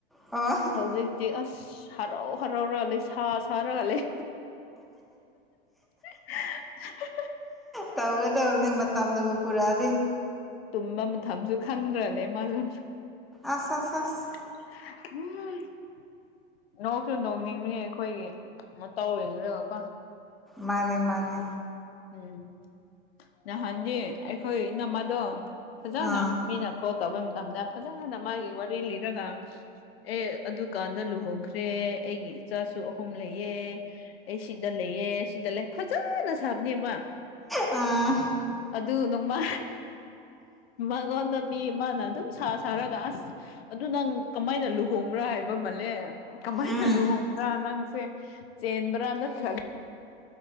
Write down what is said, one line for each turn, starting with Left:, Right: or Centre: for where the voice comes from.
Centre: ꯑꯣ
Left: ꯍꯧꯖꯤꯛꯇꯤ ꯑꯁ ꯍꯔꯥꯎ ꯍꯔꯥꯎ ꯔꯒ ꯂꯩ ꯁꯥ ꯁꯥ ꯔꯉ ꯂꯩ <unintelligible>
Centre: ꯇꯧꯒꯗꯕꯅꯤ ꯃꯇꯝꯅꯕꯨ ꯄꯨꯔꯛꯑꯗꯤ
Left: ꯇꯨꯝꯕ ꯃꯊꯝꯁꯨ ꯈꯪꯗ꯭ꯔꯅꯦ ꯃꯥꯁꯨ
Centre: ꯑꯁ ꯑꯁ ꯑꯁ
Left: <unintelligible> ꯅꯣꯛꯁꯨ ꯅꯣꯛꯅꯤꯡꯕꯅꯤ ꯑꯩꯈꯣꯏꯒꯤ ꯃꯇꯧ ꯌꯦꯡꯔꯒꯀꯣ
Centre: ꯃꯥꯅꯦ ꯃꯥꯅꯦ
Left: ꯎꯝ ꯅꯍꯥꯟꯗꯤ ꯑꯩꯈꯣꯏ ꯏꯅꯝꯃꯗꯣ ꯐꯖꯅ
Centre: ꯑꯥ
Left: ꯃꯤꯅ ꯀꯣꯜ ꯇꯧꯕ ꯃꯇꯝꯗ ꯐꯖꯅ ꯃꯥꯒꯤ ꯋꯥꯔꯤ ꯂꯤꯔꯒ ꯑꯦ ꯑꯗꯨꯀꯥꯟꯗ ꯂꯨꯍꯣꯡꯈ꯭ꯔꯦ ꯑꯩꯒꯤ ꯏꯆꯥꯁꯨ ꯑꯍꯨꯝ ꯂꯩꯌꯦ ꯑꯩ ꯁꯤꯗ ꯂꯩꯌꯦ ꯁꯤꯗ ꯂꯩ ꯐꯖꯅ ꯁꯥꯕꯅꯦꯕ
Centre: ꯑꯥ
Left: ꯑꯗꯨ ꯅꯣꯡꯃ ꯃꯉꯣꯟꯗ ꯃꯤ ꯑꯃꯅ ꯑꯗꯨꯝ ꯁꯥ ꯁꯥꯔꯒ ꯑꯁ ꯑꯗꯨ ꯅꯪ ꯀꯃꯥꯏꯅ ꯂꯨꯍꯣꯡꯕ꯭ꯔꯥ ꯍꯥꯏꯕ ꯃꯥꯜꯂꯦ ꯀꯃꯥꯏꯅ
Centre: ꯎꯝ
Left: ꯂꯨꯍꯣꯡꯕ꯭ꯔꯥ ꯅꯪꯁꯦ ꯆꯦꯟꯕ꯭ꯔꯥ ꯅꯥꯠꯇꯔꯒ